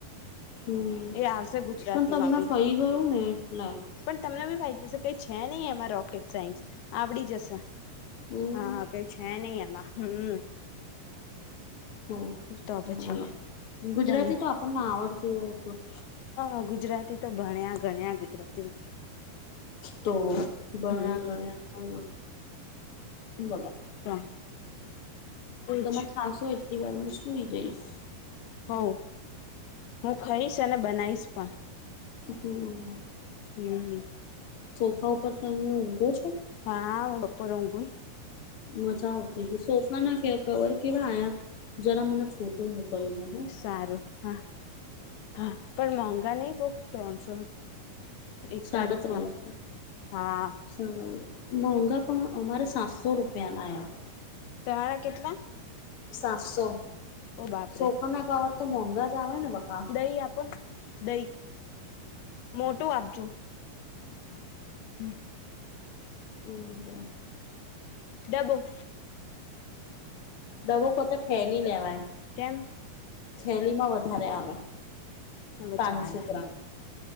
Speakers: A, on the left; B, on the left.
A: હમ
B: એ આવશે ગુજરાતી
A: પણ તમને
B: માં બી
A: ફઈ ગયું ને એટલે.
B: પણ તમને બી ફાઈશે કઈ છે નહી એમાં રોકેટ સાયન્સ. આવડી જશે
A: હમ
B: હા કઈ છે નઈ એમાં હમ.
A: હમ
B: તો પછી
A: બોલો ગુજરાતી
B: કઈ
A: તો આપણને આવડતી હોય એટલું.
B: હા ગુજરાતી તો ભણ્યા ગણ્યા ગુજરાતીમાં
A: તો ભણ્યા
B: હમ
A: ગણ્યા બોલો
B: તો એજ
A: તમારે ખાસ હોય. થોડી વારમાં શુંઈ જઇસ.
B: હો હું ખાઈશ અને બનાઈશ પણ.
A: હમ.
B: હમ.
A: ખ તો ઉપર તમને ઊંઘો છો?
B: હા હું ઉપર ઊંઘુન.
A: મજા આવતી હશે સોફા ના કે કવર કેવા આયા? જરા મને ફોટો મોકલજો હો.
B: સારું હા હા પણ મોંઘા નહી બહું ત્રણસો. એકતાળીસ
A: સાડા ત્રણસો
B: ના હા
A: સાડા મોંઘા પણ અમારે સાતસો. સો રૂપિયાન આયા.
B: તમારા કેટલા
A: સાતસો.
B: ઓ બાપરે
A: સોફાના કવર તો મોંઘા જ આવે ને. બકા
B: દહી આપો દહી મોટું આપજો.
A: <inaudible>
B: હમ
A: હમ.
B: ડબો.
A: દબો કો તો ઠેલી લેવાય.
B: તેમ.
A: થેલીમાં વધારે આવે
B: હવે
A: પાનસો
B: ચાલે
A: ગ્રામ.